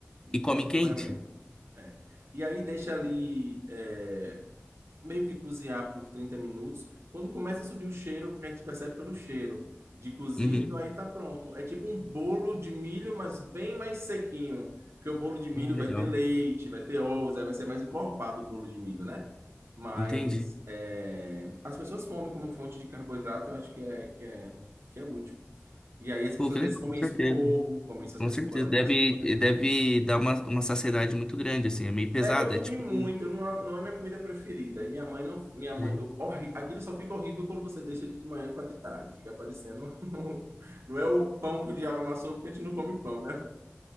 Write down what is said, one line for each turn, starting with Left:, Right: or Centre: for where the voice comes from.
Left: E come
Right: como acompanhamento.
Left: quente?
Right: É. E aí deixa ali. é, meio que cozinhar por 30 minutos. Quando começa a subir o cheiro, porque a gente percebe pelo cheiro de cozido,
Left: Uhum.
Right: aí tá pronto. É tipo um bolo de milho, mas bem mais sequinho. Porque o bolo de milho
Left: Ah, legal.
Right: vai ter leite, vai ter ovos, aí vai ser mais encorpado o bolo de milho, né? Mas
Left: Entendi.
Right: é, as pessoas comem como fonte de carboidrato, eu acho que é, que é, que é útil. E aí as pessoas
Left: Pô, que
Right: às vezes
Left: legal,
Right: comem
Left: com certeza.
Right: isso com ovo, comem isso às
Left: Com
Right: vezes
Left: certeza.
Right: com banana
Left: Deve,
Right: cozida.
Left: deve dar uma, uma saciedade muito grande, assim. É meio pesado.
Right: É, eu comi
Left: É tipo.
Right: muito, não é, não é minha comida preferida. E minha mãe não. Minha mãe,
Left: é,
Right: eu- horri- aquilo só fica horrível quando você deixa de de manhã para de tarde. Fica parecendo. <laughs> Não é o pão que o diabo amassou, porque a gente não come pão, né?